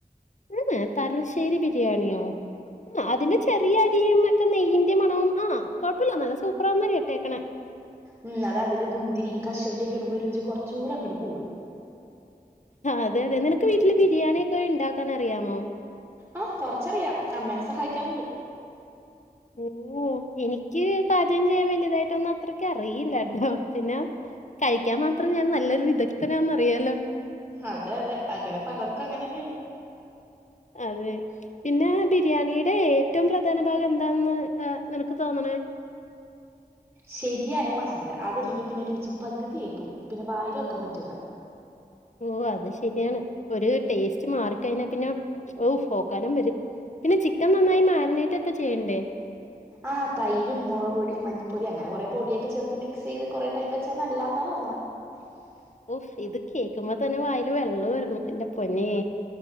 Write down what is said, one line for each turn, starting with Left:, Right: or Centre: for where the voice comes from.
Left: ഇഹ് തലശേരി ബിരിയാണിയോ ആഹ് അതിന്റെ ചെറിയ അരിയും ഒക്കെ നെയ്യീന്റെ മണവും ആഹ് കൊഴപ്പമില്ല നല്ല സൂപ്പറാന്നാ കേട്ടേക്കണെ
Right: ഉം അത് അതില് മുന്തിരിയും കശുവണ്ടിയും ഒക്കെ ഇടുമ്പോ രുചി കുറച്ചുകൂടെ അങ്ങോട്ട് കൂടും
Left: അതെ അതെ നിനക്ക് വീട്ടില് ബിരിയാണിയൊക്കെ ഉണ്ടാക്കാൻ അറിയാമോ
Right: ആഹ് കൊറച്ചറിയാം അമ്മേനെ സഹായിക്കാറുണ്ട്
Left: ഓ എനിക്ക് പാചകം ചെയ്യാൻ വലിയതായിട്ടൊന്നും അത്രക്ക് അറിയില്ലാട്ടോ പിന്നെ കഴിക്കാൻ മാത്രം ഞാൻ നല്ലൊരു വിദഗ്ദ്ധനാന്ന്‌ അറിയാലോ
Right: അതെ അതെ അങ്ങനെ പലർക്കും അങ്ങനെ തന്നെയാണ്
Left: അതെ പിന്നെ ബിരിയാണിടെ ഏറ്റവും പ്രധാന ഭാഗം എന്താന്ന് നിനക്ക് തോന്ന്ണ്
Right: ശെരിയായ മസാല അതല്ലെങ്കി പിന്നെ രുചി പകുതിയായി പോവും പിന്നെ വായില് വെക്കാൻ പറ്റൂല
Left: ഓ അത് ശെരിയാണ് ഒരു ടേസ്റ്റ് മാറിക്കഴിഞ്ഞാ പിന്നെ ഓഫ് ഓക്കാനം വെരും പിന്നെ ചിക്കൻ നന്നായി മാഗ്നേറ്റൊക്കെ ചെയ്യണ്ടേ
Right: ആ തൈരും മൊളകുപൊടിയും മഞ്ഞപ്പൊടി അങ്ങനെ കൊറെ പൊടിയൊക്കെ ചേർത്ത് മിക്സ് ചെയ്ത് കൊറെ ടൈം വെച്ചാ നല്ലാന്നാ പ - <unintelligible>
Left: ഓഫ് ഇത് കേൾക്കുമ്പോ തന്നെ വായില് വെള്ളം ഊര്ണ് എന്റെ പൊന്നേ